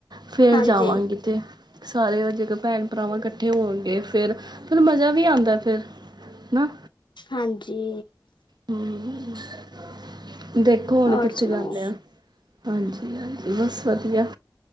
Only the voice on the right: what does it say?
ਫਿਰ
ਜਾਵਾਂਗੇ ਤੇ ਸਾਰੇ ਜੇ ਭੈਣ ਭਰਾਵਾਂ ਇਕੱਠ ਇਕੱਠੇ ਹੋਣਗੇ ਫਿਰ ਫਿਰ ਮਜ਼ਾ ਵੀ ਆਦਾ ਫਿਰ ਹਨਾ।
ਹੂੰ ਦੇਖੋ ਹੁਣ
ਕਿੱਥੇ
ਜਾਂਦੇ ਆ। ਹਾਂਜੀ ਹਾਂਜੀ ਬਸ ਵਧੀਆ।